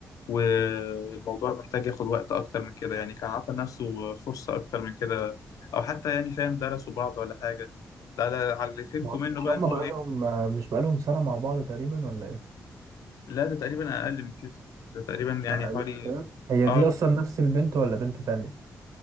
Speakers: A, on the left (about 85°); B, on the right (about 75°).
A: والموضوع محتاج ياخد وقت أكتر من كده يعني كان عطى نفسه فرصة أكتر من كده أو حتى يعني فاهم درسوا بعض ولا حاجة ده ده على اللي فهمته
B: ما هم-
A: منه
B: مش
A: بقى
B: هم
A: إن هو
B: بقالهم
A: إيه
B: آه، مش بقالهم سنه مع بعض تقريبا ولا ايه
A: لا ده تقريبا أقل من كده ده تقريبا يعني
B: اقل
A: حوالي
B: من كده هي
A: آه
B: دي اصلا نفس البنت ولا بنت تانية